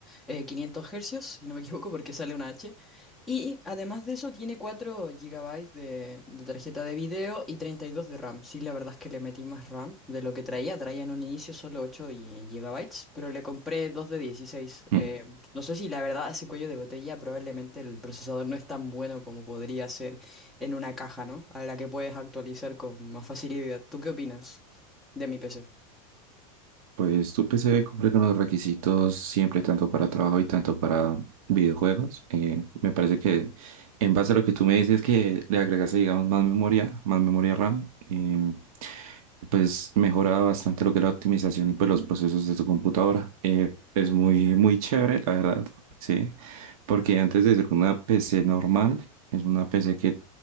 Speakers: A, in the centre; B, on the right.
A: eh, quinientos hercios, si no me equivoco, porque sale una H. Y además de eso tiene 4 gigabytes de, de tarjeta de video y 32 de RAM. Sí, la verdad es que le metí más RAM de lo que traía. Traía en un inicio solo 8 y- GB, pero le compré 2 de dieciséis
B: Hmm.
A: Eh, no sé si la verdad a ese cuello de botella probablemente el procesador no es tan bueno como podría ser en una caja, ¿no? A la que puedes actualizar con más facilidad. ¿Tú qué opinas de mi PC?
B: Pues tu PC cumple con los requisitos siempre, tanto para trabajo y tanto para videojuegos. Eh, me parece que en base a lo que tú me dices que le agregaste, digamos, más memoria, más memoria RAM. eh, pues mejora bastante lo que es la optimización y pues los procesos de tu computadora. Eh, es muy, muy chévere, la verdad, sí, porque antes de ser una PC normal, es una PC que